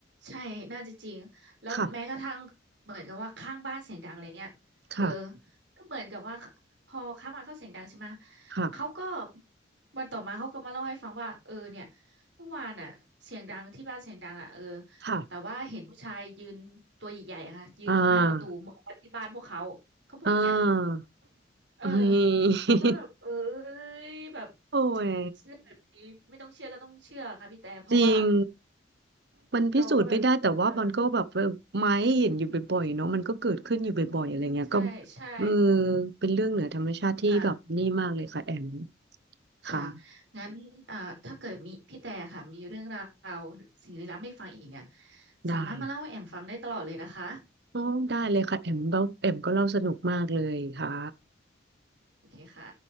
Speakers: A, on the right (about 80°); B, on the right (about 60°).
A: ใช่น่าจะจริงแล้วแม้กระทั่งเหมือนกับว่าข้างบ้านเสียงดังอะไรเงี้ยเออ
B: ค่ะค่ะ
A: ก็เหมือนกับว่าพอข้างบ้านเขาเสียงดังใช่ไหม
B: ค่ะ
A: เขาก็วันต่อมาเขาก็มาเล่าให้ฟังว่าเออเนี่ยเมื่อวานอ่ะเสียงดังที่บ้านเสียงดังอ่ะเออ
B: ค่ะ
A: แต่ว่าเห็นผู้ชายยืนตัวใหญ่ๆอะค่ะยืนตรงหน้าประตูมองมาที่บ้านพวกเขาเขาพูดอย่างเงี้ย
B: อ่าอ่า
A: เออ
B: เฮ้ย
A: แล้วก็แบบเอ้ยแบบ
B: <laughs> โอ้ย
A: เรื่องแบบนี้ไม่ต้องเชื่อก็ต้องเชื่อค่ะพี่แต่เพราะว่า
B: จริงมันพิสูจน์ไม่ได้แต่ว่ามันก็แบบเออไม้เห็นอยู่บ่อยๆเนาะมันก็เกิดขึ้นอยู่บ่อยๆอะไรเงี้ยก็
A: เราก็แบบเออ ใช่ใช่
B: เออเป็นเรื่องเหนือธรรมชาติที่แบบนี่มากเลยค่ะแอม
A: ค่ะค่ะ
B: ค่ะ
A: งั้นเอ่าถ้าเกิดมีพี่แต่ค่ะมีเรื่องราวสิ่งลี้ลับให้ฟังอีกเนี่ย
B: ได้ค่ะ
A: สามารถมาเล่าให้แอมฟังได้ตลอดเลยนะคะ
B: อ๋อได้เลยค่ะแอมเล่าแอมก็เล่าสนุกมากเลยค่ะ
A: โอเคค่ะ